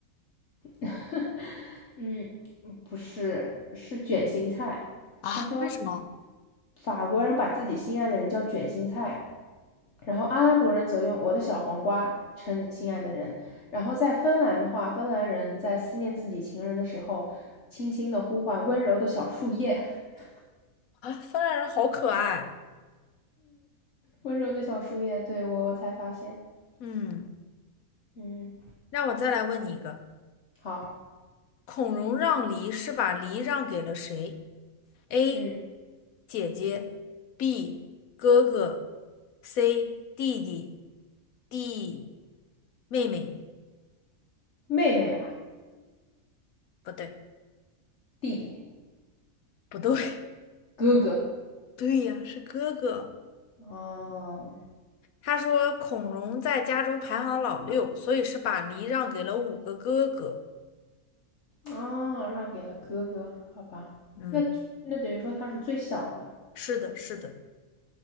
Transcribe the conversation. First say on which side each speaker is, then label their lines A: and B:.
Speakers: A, on the left; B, on the left.
A: <laughs> 嗯，不是，是卷心菜。
B: 啊？
A: 他说，
B: 为什么？
A: 法国人把自己心爱的人叫卷心菜，然后阿拉伯人则用我的小黄瓜称心爱的人。然后在芬兰的话，芬兰人在思念自己情人的时候，轻轻的呼唤温柔的小树叶。<laughs>
B: 啊，芬兰人好可爱。
A: 温柔的小树叶，对我我才发现，
B: 嗯，
A: 嗯，
B: 让我再来问你一个：
A: 好，
B: 孔融让梨是把梨让给了谁？A.
A: 嗯，
B: 姐姐，B. 哥哥，C. 弟弟，D. 妹妹。
A: 妹妹吧，
B: 不对，
A: 弟弟，
B: 不对，
A: 哥哥，
B: <laughs> 对呀，是哥哥。
A: 哦，
B: 他说孔融在家中排行老六，所以是把梨让给了五个哥哥。
A: 哦，让给了哥哥，好吧，
B: 嗯，
A: 那那等于说他是最小的，
B: 是的，是的。